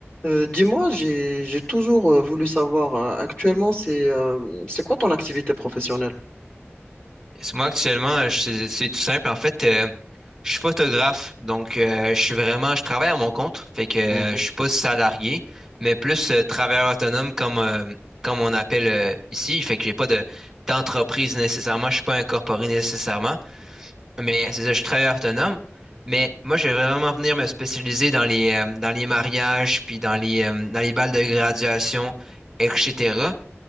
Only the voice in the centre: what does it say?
C'est Moi, actuellement, euh, je- c'est c'est tout simple. En fait, euh, je suis photographe, donc euh, je suis vraiment, je travaille à mon compte, fait que euh,
je suis pas salarié, mais plus euh, travailleur autonome comme, euh, comme on appelle euh, ici, fait que j'ai pas de d'entreprise nécessairement, je suis pas incorporé nécessairement, mais c'est ça, je suis travailleur autonome. Mais moi, je vais vraiment venir me spécialiser dans les, euh, dans les mariages, puis dans les, euh, dans les balles de graduation, etc.